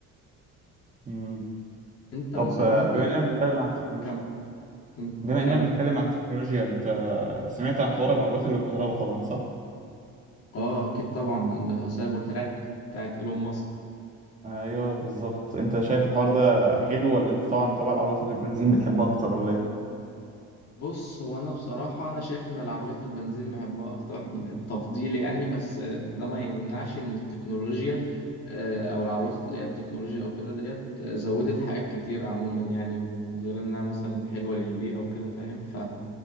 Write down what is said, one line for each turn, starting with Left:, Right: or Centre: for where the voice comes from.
Right: مم.
Left: انت
Right: طب
Left: مثلا
Right: آه،
Left: ممكن
Right: بما اننا بنتكلم عن التكنولوجيا
Left: كم مم،
Right: بما اننا
Left: كم
Right: بنتكلم عن التكنولوجيا سمعت عن حوار العربيات اللي بالكهرباء طبعا صح؟
Left: اه اكيد طبعا السايبر تراك بتاعت ايلون ماسك
Right: ايوه بالظبط انت شايف الحوار ده حلو ولا انت طبعا تبع العربيات اللي بالبنزين بتحبها اكتر ولا ايه؟
Left: بص هو انا بصراحه انا شايف ان العربيات البنزين بحبها اكتر من- تفضيلي يعني بس آه، ده ما يمنعش ان التكنولوجيا آه، او العربيات اللي هي التكنولوجيا او كده ديت آه، زودت حاجات كتيره عموما يعني وغير انها مثلا حلوه للبيئه وكده فاهم ف